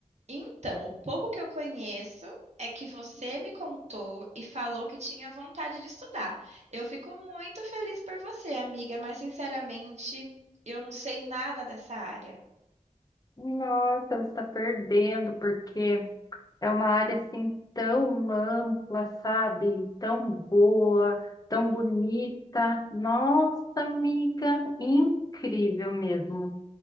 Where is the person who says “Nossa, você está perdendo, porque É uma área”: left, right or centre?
Left